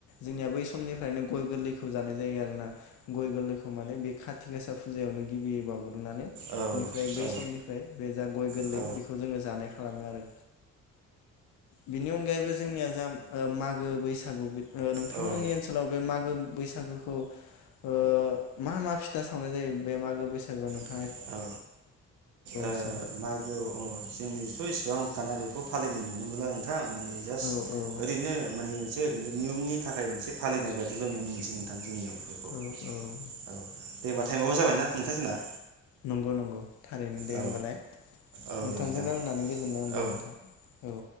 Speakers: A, on the left (about 75°); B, on the right (about 85°).
A: जोंनिया बै समनिफ्रायनो गय गोरलै खौ जानाय जायो आरो ना गय गोरलैखौ माने बे खाथि गासा फुजायावनो गिबि बाव माने
B: औ
A: बिनिफ्राय बै
B: औ
A: समनिफ्राय बे जा गय गोरलै
B: औ
A: बेखौ जों जानाय खालामो आरो। बेनि अनगायैबो जोंनिया जा ओ मागो बैसागु ओ नोंथांमोननि
B: औ ओ
A: ओनसोलाव बे मागो बैसागुखौ औ मा मा फिथा सावनाय जायो बे मागो बैसागुआव नोंथा
B: औ ओ
A: हिसाबै
B: मागो औ जोंनि सयस <unintelligible> बेखौ फालिनाय नुनो मोनला नोंथां माने जास्ट
A: औ औ
B: ओरैनो माने सो ओरैनो नियमनि थाखाय मोनसे फालिनाय बायदिल' नुनो मोनसै नोंथां जोंनियाव। बेफोरखौ
A: औ औ
B: औ दे होमबा टाइमाबो जाबाय ना नोंथां जोंना?
A: नंगौ नंगौ। थारैनो दे
B: औ
A: होमबालाय
B: औ
A: नोंथांजों
B: दे नोंथां
A: रायलायनानै गोजोननाय मोनबाय
B: औ
A: नोंथां औ